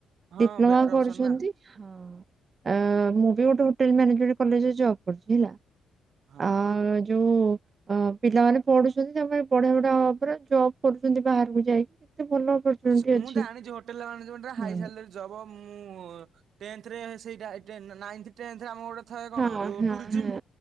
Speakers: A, on the right (about 65°); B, on the right (about 35°).
A: ହଁ
B: ଡିପ୍ଲୋମା
A: ବେଟର
B: କରୁଛନ୍ତି।
A: ଅପସନ ନା
B: ହଁ ଆଁ ମୁଁ ବି ଗୋଟେ ହୋଟେଲ ମାନେଜମେଣ୍ଟ କଲେଜରେ ଜବ କରୁଛି ହେଲା।
A: ହଁ।
B: ଆ ଯୋଉ। ଅ ପିଲାମାନେ ପଢୁଛନ୍ତି ତାପରେ ପଢା ଫଢା ଅଫ ରେ ଜବ୍ କରୁଛନ୍ତି ବାହାରକୁ ଯାଇକି ଏତେ ଭଲ ଅପରଚୁନିଟି
A: ରେ
B: ଅଛି
A: ମୁଁ ଜାଣିଛି ହୋଟେଲ ମାନେଜମେଣ୍ଟରେ
B: ହୁଁ
A: ହାଇ ସାଲେରୀ ଜବ ମୁଁ ଆ ଟେନ୍ଥରେ ସେଇଟା ଏଇଟା ନାଇନ୍ଥ ଟେନ୍ଥରେ ଆମକୁ ଗୋଟେ ଥାଏ କଣ
B: ହଁ
A: ଯୋଉ
B: ହଁ
A: ଟୁରିଯିମ୍
B: ହଁ।